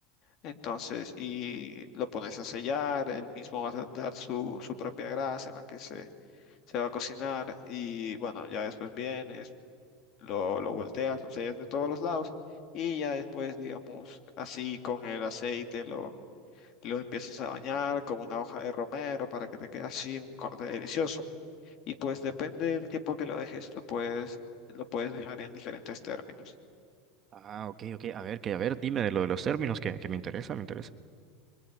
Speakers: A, on the left (about 50°); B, on the right (about 35°).
A: entonces, y lo pones a sellar, él mismo va a dar su, su propia grasa en la que se, se va a cocinar, y bueno, ya después vienes, lo, lo volteas, lo sellas de todos los lados, y ya después, digamos, así con el aceite lo... Lo empiezas a bañar con una hoja de romero para que te quede así un corte delicioso. Y pues depende del tiempo que lo dejes, lo puedes, lo puedes dejar en diferentes términos.
B: Ah, ok, ok. A ver, que a ver, dime de lo de los términos que, que me interesa, me interesa.